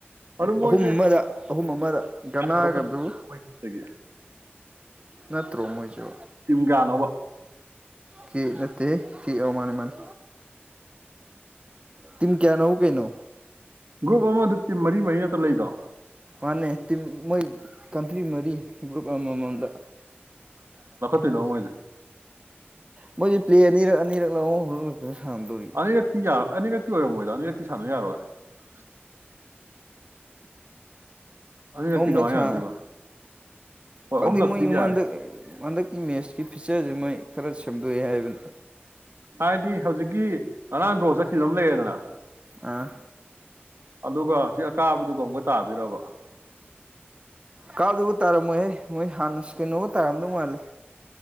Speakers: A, on the right (about 75°); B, on the right (about 30°).
A: ꯑꯗꯨ ꯃꯣꯏꯁꯦ
B: ꯑꯍꯨꯝ ꯑꯃꯗ ꯑꯍꯨꯝ ꯑꯃꯗ ꯒꯅꯥꯒꯗꯨ꯫
A: ꯃꯣꯔꯣꯛꯀꯣꯗꯒꯤ
B: ꯅꯠꯇ꯭ꯔꯣ ꯃꯣꯏꯖꯨ꯫
A: ꯇꯤꯝ ꯀꯌꯥꯅꯣꯕ꯫
B: ꯀꯦ ꯅꯠꯇ ꯀꯦ ꯃꯥꯅꯦ ꯃꯥꯅꯦ꯫ ꯇꯤꯝ ꯀꯌꯥ ꯅꯣꯕꯣ ꯀꯩꯅꯣ꯫
A: ꯒꯔꯨꯞ ꯑꯃꯗ ꯇꯤꯝ ꯃꯔꯤ ꯃꯔꯤ ꯅꯠꯇ꯭ꯔꯣ ꯂꯩꯗꯣ꯫
B: ꯃꯥꯅꯦ ꯇꯤꯝ ꯃꯣꯏ ꯀꯟꯇ꯭ꯔꯤ ꯃꯔꯤ ꯒꯔꯨꯞ ꯑꯃꯝꯃꯝꯗ꯫
A: ꯀꯩꯅꯣ ꯃꯣꯏꯖꯦ꯫
B: ꯃꯣꯏꯖꯦ ꯄꯂꯦ ꯑꯅꯤꯔꯛ ꯑꯅꯤꯔꯛꯂ ꯑꯍꯨꯝ ꯑꯍꯨꯝ ꯑꯗꯨ ꯁꯥꯟꯗꯣꯔꯤ
A: ꯑꯅꯤꯔꯛꯇꯤ ꯌꯥꯔ ꯑꯅꯤꯔꯛꯇꯤ ꯑꯣꯏꯔꯝꯃꯣꯏꯗꯣ ꯑꯅꯤꯔꯛꯇꯤ ꯁꯥꯟꯅꯕ ꯌꯥꯔꯣꯏ <unintelligible> ꯑꯅꯤꯔꯛꯇꯤ
B: ꯑꯍꯨꯝꯂꯛ
A: ꯀꯃꯥꯏꯅ
B: ꯁꯥ
A: ꯌꯥꯗꯣꯏꯕ ꯍꯣꯏ
B: ꯈꯪꯗꯦ
A: ꯑꯍꯨꯝꯂꯛꯇꯤ
B: ꯃꯣꯏ
A: ꯌꯥꯏ
B: ꯍꯟꯗꯛ ꯍꯟꯗꯛꯀꯤ ꯃꯦꯠꯁꯀꯤ ꯐꯤꯆꯔꯁꯦ ꯃꯣꯏ ꯈꯔ ꯁꯦꯝꯗꯣꯛꯑꯦ ꯍꯥꯏꯕꯅ
A: ꯍꯥꯏꯗꯤ ꯍꯧꯖꯤꯛꯀꯤ ꯉꯔꯥꯡ ꯐꯥꯎ ꯆꯠꯈꯤꯕ ꯑꯃ ꯂꯩꯔꯦꯗꯅ
B: ꯑꯥ
A: ꯑꯗꯨꯒ ꯁꯤ ꯑꯀꯥꯕꯗꯨꯒ ꯑꯃꯨꯛ ꯇꯥꯗꯣꯏꯔꯕ
B: ꯀꯥꯗꯒ ꯇꯥꯔꯝꯃꯣꯏꯍꯦ ꯃꯣꯏ ꯍꯥꯟꯅꯁꯨ ꯀꯩꯅꯣꯒ ꯇꯥꯔꯝꯗꯧ ꯃꯥꯜꯂꯤ